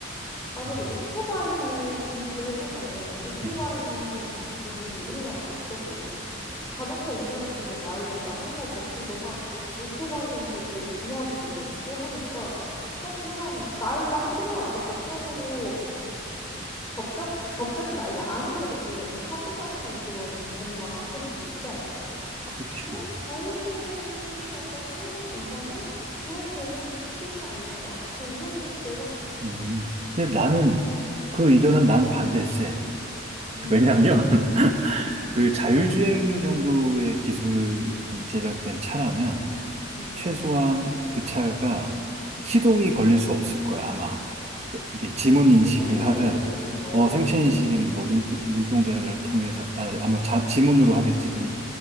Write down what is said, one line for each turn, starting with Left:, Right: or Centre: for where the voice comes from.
Left: 만약에
Right: 음,
Left: 오토바이로 비유를 해보자면 오토바이는
Right: 음.
Left: 지금 뭐 우리나라 법적으로 자동차 운전할 수 있는 나이보다 한 살 적기도 하고 오토바이는 되게 구하기도 쉽고 하니까 막 그냥 나이가 한두 살 아직 법적으로 법적 법적인 나이가 아님에도 불구하고 타고 다니는 그런 경우가 가끔씩 있잖아.
Right: 그치.
Left: 근데 자율주행이 약간 상용화 된다면 그런 경우도 생기지 않을까? 뭐 이런 생각도 해봤어.
Right: 음. 근데 나는 그 의견은 난 반댈세.
Left: 음,
Right: 왜냐면, <laughs>
Left: 음,
Right: 그 자율주행 정도의 기술이 제작된 차라면,
Left: 음.
Right: 최소한 그 차가 시동이 걸릴 수 없을 거야, 아마. 이게 지문
Left: 뭐
Right: 인식을
Left: 생체
Right: 하든,
Left: 인식 같은 걸로.
Right: 어, 생체
Left: 음,
Right: 인식인
Left: 음,
Right: 뭐 눈, 눈동자를 통해서, 아, 아마 자, 지문으로 하겠지. 지금